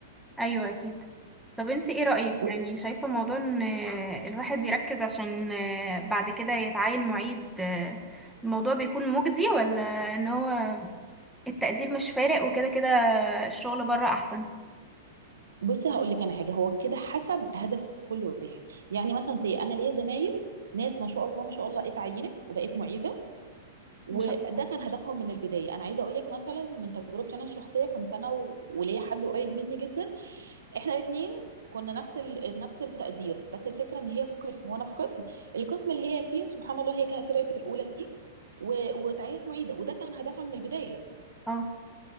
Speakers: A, in the centre; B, on the right.
A: ايوه اكيد طب انت ايه رأيك
B: و-
A: يعني شايفة موضوع ان آه، الواحد يركز عشان آه، بعد كده يتعين معيد آه، الموضوع بيكون مجدي ولا ان هو التقدير مش فارق وكده كده الشغل بره احسن
B: بصي هقول لك انا حاجه هو كده حسب هدف كل واحد يعني مثلا زي انا ليا زمايل ناس ما شاء الله ما شاء الله اتعينت وبقت معيده وده
A: ما شاء الله
B: كان هدفهم من البدايه انا عايزه اقول لك مثلا من تجربتي انا الشخصيه كنت انا و- وليا حد قريب مني جدا احنا الاثنين كنا نفس ال... نفس التقدير بس الفكره ان هي في قسم وانا في قسم القسم اللي هي فيه سبحان الله هي كانت طلعت الاولى فيه و... واتعينت معيده وده كان هدفها من البدايه
A: اه